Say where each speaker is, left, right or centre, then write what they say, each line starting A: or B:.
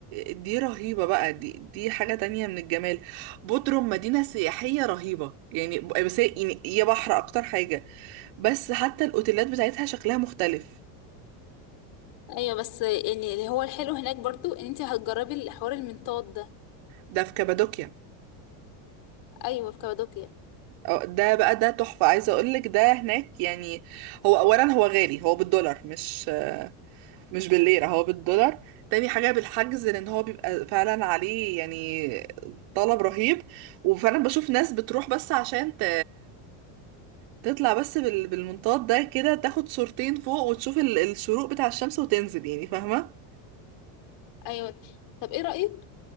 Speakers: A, on the right; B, on the left.
A: دي رهيبة بقى دي دي حاجة تانية من الجمال بودروم مدينة سياحية رهيبة يعني ب- بس هي يعني هي بحر اكتر حاجة بس حتى الاوتيلات بتاعتها شكلها مختلف
B: ايوه بس يعني اللي هو الحلو هناك برضو ان انت هتجربي الحوار المنطاد ده
A: ده في كابادوكيا
B: ايوه في كابادوكيا
A: أو- ده بقى ده تحفة عايزة اقولك ده هناك يعني هو اولا هو غالي هو بالدولار مش مش بالليرة هو بالدولار تاني حاجة بالحجز لأن هو بيبقى فعلا عليه يعني طلب رهيب وفعلا بشوف ناس بتروح بس عشان ت... تطلع بس بال... بالمنطاد ده كده تاخد صورتين فوق وتشوف ال... الشروق بتاع الشمس وتنزل يعني فاهمة؟
B: ايوه طب ايه رأيك